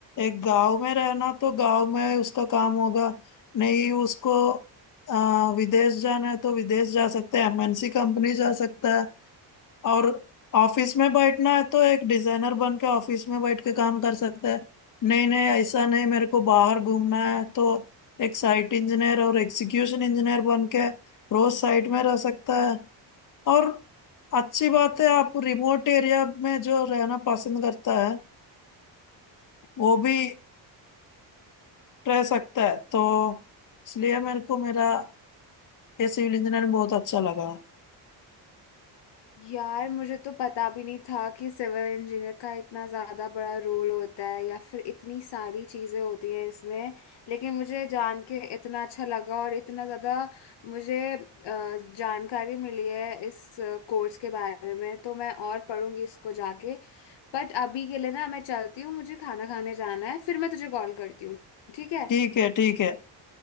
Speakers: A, on the left; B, on the left.
A: एक गांव में रहना तो गांव में उसका काम होगा नहीं उसको अ, विदेश जाना है तो विदेश जा सकता है एमएनसी कंपनी जा सकता है और ऑफिस में बैठना है तो एक डिजाइनर बन के ऑफिस में बैठ के काम कर सकते हैं नहीं नहीं ऐसा नहीं मेरे को बाहर घूमना है तो एक साइट इंजीनियर और एग्जीक्यूशन इंजीनियर बन के रोज साइट में रह सकता है और अच्छी बात है आप रिमोट एरिया में जो रहना पसंद करता है वो भी रह सकता है तो इसलिए मेरे को मेरा ये सिविल इंजीनियरिंग बहुत अच्छा लगा
B: यार मुझे तो पता भी नहीं था कि सिविल इंजीनियर का इतना ज़्यादा बड़ा रोल होता है या फिर इतनी सारी चीज़ें होती हैं इसमें लेकिन मुझे जान के इतना अच्छा लगा और इतना ज़्यादा मुझे अ, जानकारी मिली है इस कोर्स के बारे में तो मैं और पढ़ूंगी इसको जाके बट अभी के लिए ना मैं चलती हूँ मुझे खाना खाने जाना है फिर मैं तुझे कॉल करती हूँ ठीक है
A: ठीक है ठीक है